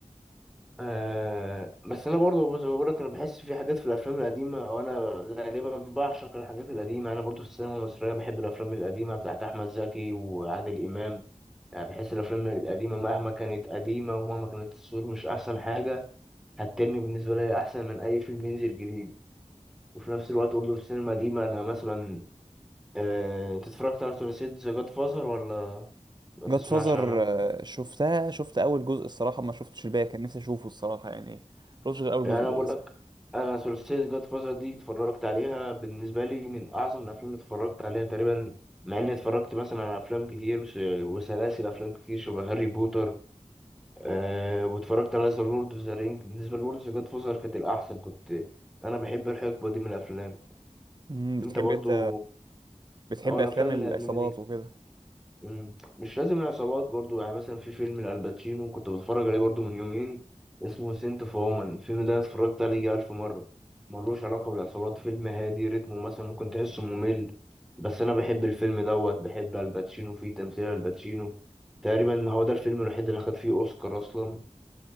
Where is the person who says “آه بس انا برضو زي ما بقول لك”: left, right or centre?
Centre